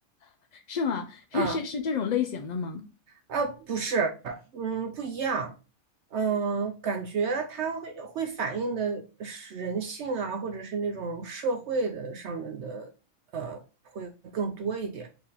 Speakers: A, on the left; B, on the right.
A: <laughs> 是吗？是是是这种类型的吗？
B: <laughs> 啊。啊，不是，嗯，不一样，嗯，感觉它会会反映的是人性啊，或者是那种社会的上面的，呃，会更多一点。